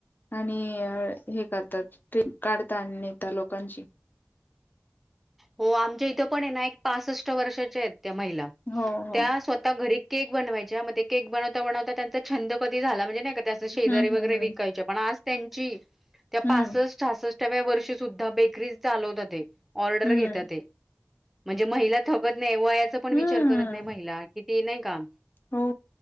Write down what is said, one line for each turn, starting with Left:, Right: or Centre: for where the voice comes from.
Left: आणि हे करतात ट्रिप काढता आणि त्या लोकांची.
Centre: हो आमच्या इथं पण आहे ना एक पासष्ट वर्षाच्या आहेत त्या महिला
Left: हो हो.
Centre: स्वःता घरी केक बनवायच्या मग ते केक बनवता बनवता त्यांचा छंद कधी झाला म्हणजे नाही का त्या शेजारी
Left: हम्म
Centre: वगैरे
Left: हम्म
Centre: विकायच्या पण आज त्यांची त्या
Left: हम्म
Centre: पासष्ट, सहासष्ट अव्या वर्षी सुद्धा बेकरी चालवतात ऑर्डर
Left: हम्म
Centre: घेतात ते म्हणजे महिला थकत नाही, वयाचा पण
Left: हम्म
Centre: विचार
Left: हम्म
Centre: करत नाही महिला किती नाही का
Left: हो